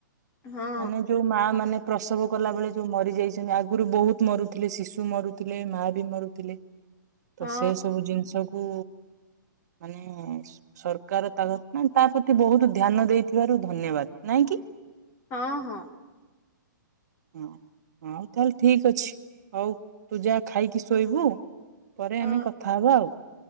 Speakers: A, on the left; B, on the right.
A: ହଁ
B: ମାନେ ଯୋଉ ମା ମାନେ ପ୍ରସବ କଲା ବଳେ ଯୋଉ ମରି ଯାଇଛନ୍ତି ଆଗରୁ ବହୁତ ମରୁଥିଲେ ଶିଶୁ ମରୁଥିଲେ ମା ବି ମରୁଥିଲେ।
A: ହଁ
B: ତ ସେ ସବୁ ଜିନିଷ କୁ ମାନେ ସ ସରକାର ତା ନା ପ୍ରତି ବହୁତୁ ଧ୍ୟାନ ଦେଇଥିବାରୁ ଧନ୍ୟବାଦ ନାଇଁ କି?
A: ହଁ ହଁ।
B: ହଁ ହଉ ତାହେଲେ ଠିକ ଅଛି ହଉ ତୁ ଯା ଖାଇକି ସ ଶୋଇବୁ ପରେ
A: ହଁ ହଁ
B: ଆମେ କଥା ହେବା ଆଉ।